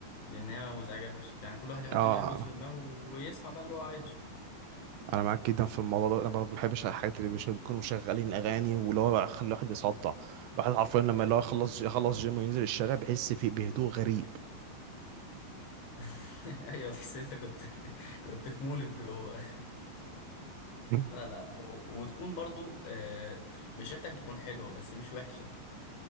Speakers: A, on the left (about 85°); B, on the right (about 80°).
A: لان هي مزعجه فشخ يعني كل واحد يحط
B: اه
A: الايربودز في دماغه ويسمع بقى اللي هو عايزه
B: انا معاك جدا في الموضوع ده انا برضه ما بحبش الحاجات اللي مش بيكونوا مشغلين اغاني واللي هو يخلي الواحد يصدع الواحد حرفيا لما
A: ايوه
B: اللي هو يخلص يخلص جيم وينزل الشارع بيحس في بهدوء غريب
A: <laughs> ايوه تحس إن انت كنت <laughs> كنت في مولد جوه
B: <laughs> مم.
A: لا لا و- وتكون برضو آه، مش ريحتك تكون حلوة بس مش وحشة